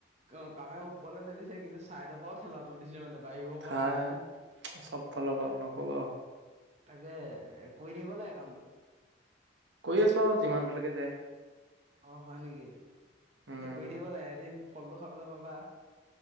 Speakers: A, on the right (about 35°); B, on the right (about 65°).
A: অ কামে ওপৰালে ঠেলিছে কিন্তু চাইদৰ পৰাও ঠেলাটো দিছে মানে। বাঢ়িব
B: খাই
A: পৰা নাই
B: চব ফালৰ বা নকবাও।
A: তাকে কৰি দিব ল কামটো।
B: কৈ আছো আৰু যিমানটোলৈকে যায়।
A: অ হয় নেকি
B: উম
A: কৰি দিব লাগে এদিন ফলটো খাবলৈ পাবা।